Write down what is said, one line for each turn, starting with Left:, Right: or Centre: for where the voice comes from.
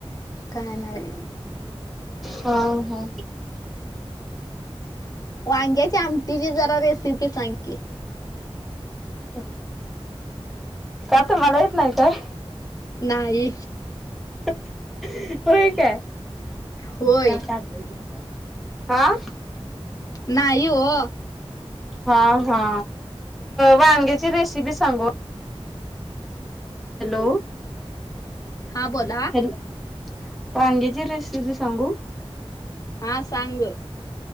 Left: काय नाही.
Centre: हा हा.
Left: वांग्याच्या आमटीची जरा रे सीपी सांग की
Centre: का तर तुम्हाला येत नाही काय?
Left: नाही.
Centre: होय काय.
Left: होय.
Centre: काय काढलं कुठं काय. आ?
Left: नाही ओ
Centre: हा हा वांग्याची रेसिपी सांगु. हॅलो.
Left: हा बोला.
Centre: हॅलो वांग्याची ची रेसिपी सांगू.
Left: हा सांग ग.